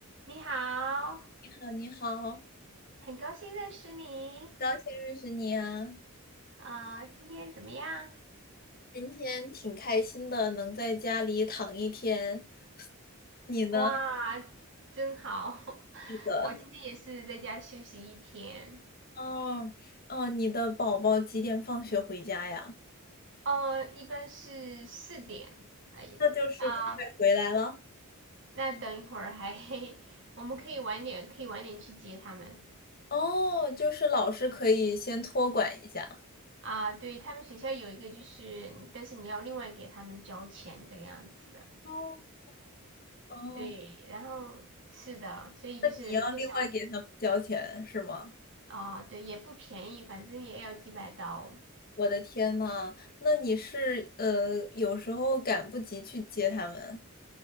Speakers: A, on the right (about 55°); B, on the left (about 40°).
A: 你好，
B: 好，你好，
A: 很高兴认识你。
B: 高兴认识你啊！
A: 啊、今天怎么样？
B: 今天挺开心的，能在家里躺一天。你呢？
A: 哇，真好！<laughs>
B: 是的。
A: 我今天也是在家休息一天。
B: 哦哦，你的宝宝几点放学回家呀？
A: 呃，一般是四点。哎呀，
B: 那就是快回来了。
A: 啊、那等一会儿还，<laughs> 我们可以晚点，可以晚点去接他们。
B: 哦，就是老师可以先托管一下。
A: 啊、对，他们学校有一个就是，但是你要另外给他们交钱这个样子的。
B: 哦哦，
A: 对，然后是的，所以就是如果想
B: 那你要另外给他们交钱是吗？
A: 啊，对，也不便宜，反正也要几百刀
B: 我的天呐，那你是呃，有时候赶不及去接他们。